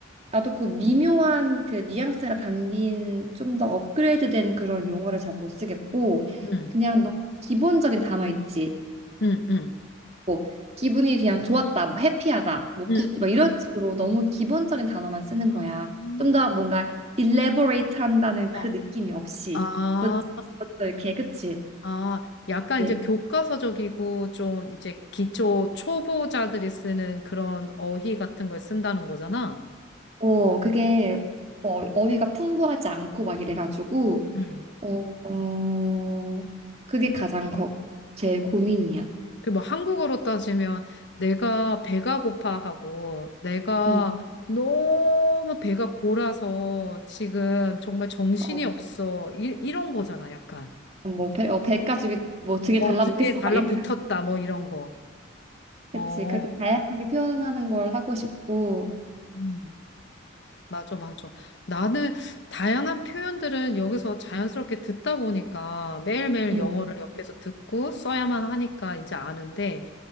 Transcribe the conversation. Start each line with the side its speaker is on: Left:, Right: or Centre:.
Right: 나도 그 미묘한 그 뉘앙스가 담긴 좀 더 업그레이드된 그런 용어를 잘 못 쓰겠고
Left: 응,
Right: 그냥 너무 기본적인 단어 있지
Left: 응, 응,
Right: 뭐 기분이 그냥 좋았다 뭐 해피하다 뭐굿막
Left: 응.
Right: 이런 식으로 너무 기본적인 단어만 쓰는 거야
Left: 음.
Right: 좀 더 뭔가 elaborate 한다는
Left: 아,
Right: 그 느낌이 없이
Left: 어.
Right: 뭐
Left: 아.
Right: 어쩌 이렇게 그치?
Left: 아, 약간
Right: 예.
Left: 이제 교과서적이고 좀 이제 기초 초보자들이 쓰는 그런 어휘 같은 걸 쓴다는 거잖아.
Right: 어, 그게 어, 어휘가 풍부하지 않고 막 이래가지고
Left: 음.
Right: 어, 어 그게 가장 걱 제일 고민이야.
Left: 그 뭐 한국어로 따지면 내가 배가 고파하고 내가
Right: 음,
Left: 너무 배가 골아서 지금 정말 정신이
Right: 어,
Left: 없어. 이, 이런 거잖아, 약간.
Right: 뭐 배, 어, 배 가죽이 뭐 등에
Left: 어,
Right: 달라붙겠어
Left: 등에 달라붙었다,
Right: 막 이런.
Left: 뭐 이런 거.
Right: <laughs>
Left: 어.
Right: 그치, 그렇게 다양하게 표현하는 걸 하고 싶고,
Left: 음. 맞아, 맞아. 나는 다양한 표현들은 여기서 자연스럽게 듣다 보니까 매일매일
Right: 음,
Left: 영어를 옆에서 듣고 써야만 하니까 이제 아는데